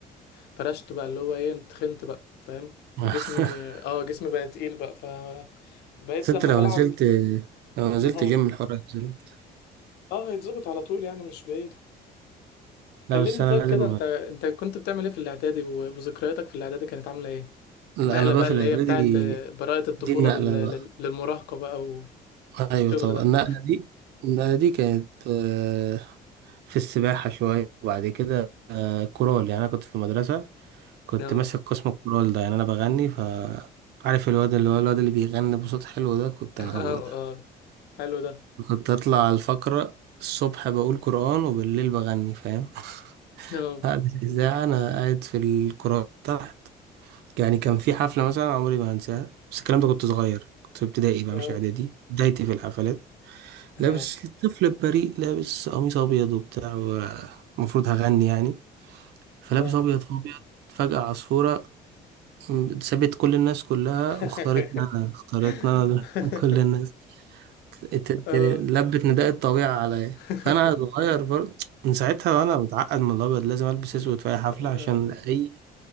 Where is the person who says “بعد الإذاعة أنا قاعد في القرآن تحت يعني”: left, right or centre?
Right